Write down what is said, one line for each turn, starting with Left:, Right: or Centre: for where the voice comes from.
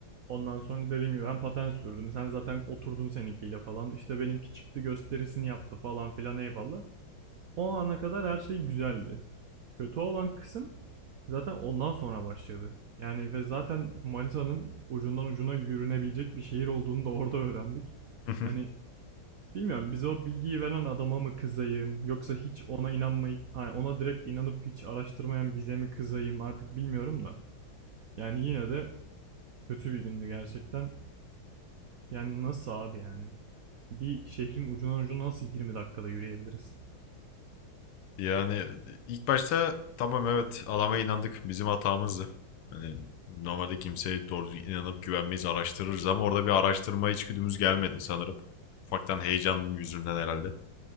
Right: Ondan sonra dediğim gibi ben paten sürdüm. Sen zaten oturdun seninkiyle falan. İşte benimki çıktı gösterisini yaptı falan filan eyvallah. O ana kadar her şey güzeldi. Kötü olan kısım zaten ondan sonra başladı. Yani ve zaten Manisa'nın ucundan ucuna yürünebilecek bir şehir olduğunu da orada öğrendik.
Left: <laughs>
Right: Hani bilmiyorum bize o bilgiyi veren adama mı kızayım yoksa hiç ona inanmayıp hani ona direkt inanıp hiç araştırmayan bize mi kızayım artık bilmiyorum da. Yani yine de kötü bir gündü gerçekten. Yani nasıl abi yani? Bir şehrin ucundan ucuna nasıl 20 dakikada yürüyebiliriz?
Left: Yani ilk başta tamam evet adama inandık bizim hatamızdı. Yani normalde kimseye doğru inanıp güvenmeyiz araştırırız ama orada bir araştırma içgüdümüz gelmedi sanırım. Ufaktan heyecanın yüzünden herhalde.